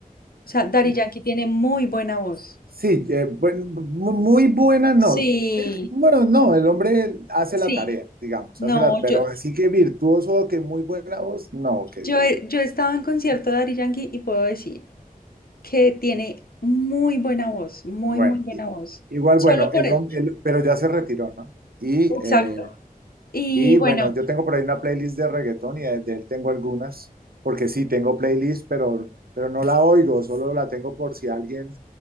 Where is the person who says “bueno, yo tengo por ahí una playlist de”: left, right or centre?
Right